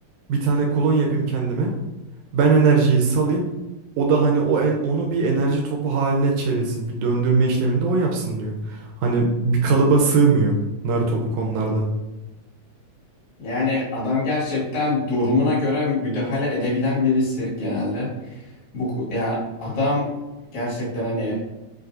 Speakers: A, on the right (about 80°); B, on the left (about 55°).
A: Bir tane klon yapayım kendime. Ben enerjiyi salayım. O da hani o en, onu bir enerji topu haline çevirsin. Bir döndürme işlemini de o yapsın diyor. Hani bir kalıba sığmıyor Naruto bu konularda.
B: Yani adam gerçekten durumuna göre müdahale edebilen birisi genelde. Bu ku- ya adam gerçekten hani